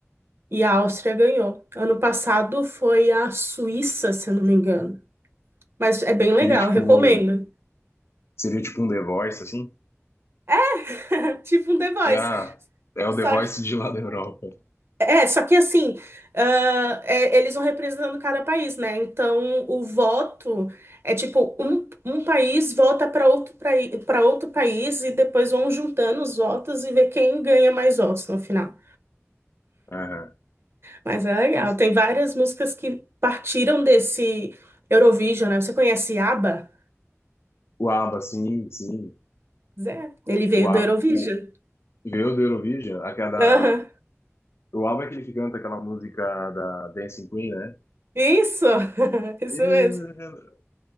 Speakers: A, on the right; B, on the left.
A: E a Áustria ganhou. Ano passado foi a Suíça, se eu não me engano. Mas é bem legal,
B: Seria tipo,
A: recomendo.
B: seria tipo um The Voice, assim?
A: <laughs> Tipo um The Voice.
B: Ah, é o
A: Só
B: The Voice
A: que,
B: de lá da Europa.
A: é, só que assim, ah, é, eles vão representando cada país, né? Então, o voto é tipo, um, um país vota para outro, para outro país e depois vão juntando os votos e ver quem ganha mais votos no final.
B: Aham.
A: Mas é legal.
B: Nossa,
A: Tem várias músicas que partiram desse Eurovision, né? Você conhece ABBA?
B: o ABBA, sim, sim.
A: Zé, ele veio
B: O ABBA,
A: do Eurovision.
B: o, veio do Eurovision, a cada
A: Aham.
B: O Alba é aquele que canta aquela música da Dancing Queen, né?
A: Isso, <laughs> isso
B: Eu-
A: mesmo.